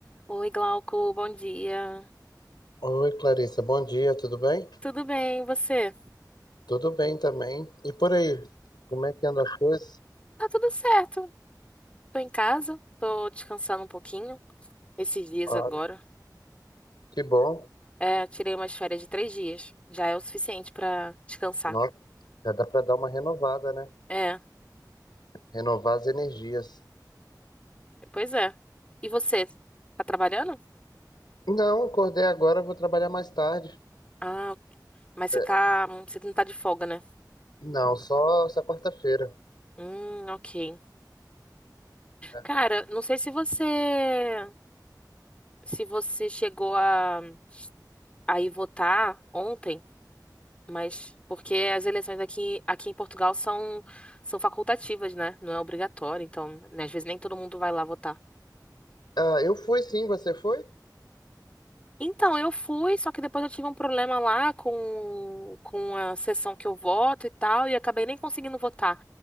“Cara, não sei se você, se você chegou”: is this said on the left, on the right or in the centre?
Left